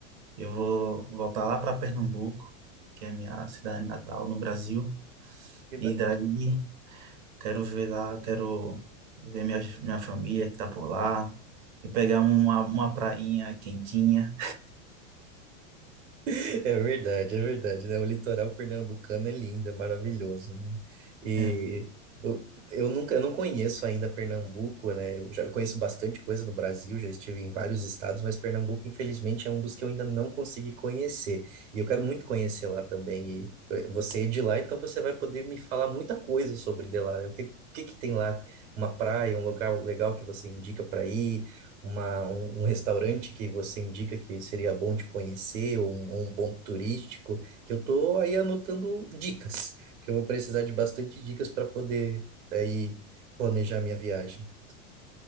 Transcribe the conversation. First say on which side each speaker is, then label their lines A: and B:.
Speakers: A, on the right; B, on the right.
A: eu vou voltar lá para Pernambuco, que é minha cidade natal no Brasil.
B: Que
A: E daí, quero ver lá, quero ver minha, minha família que está por lá e pegar uma, uma prainha quentinha.
B: <laughs> É verdade, é verdade, né? O litoral pernambucano é lindo, é maravilhoso, né? E
A: É,
B: eu, eu nunca, eu não conheço ainda Pernambuco, né? Eu já conheço bastante coisa do Brasil, já estive em vários estados, mas Pernambuco, infelizmente, é um dos que eu ainda não consegui conhecer. E eu quero muito conhecer lá também. E eh, você é de lá, então você vai poder me falar muita coisa sobre de lá, né? O que, o que que tem lá? Uma praia, um local legal que você indica para ir? uma, um, um restaurante que você indica que seria bom de conhecer, ou um, ou um ponto turístico, que eu tô aí anotando dicas, que eu vou precisar de bastante dicas para poder aí planejar minha viagem.